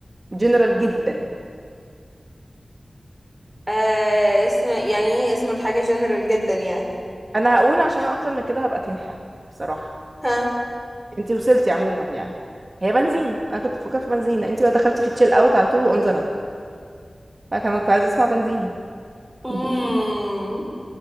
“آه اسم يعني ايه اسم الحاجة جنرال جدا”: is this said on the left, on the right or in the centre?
Centre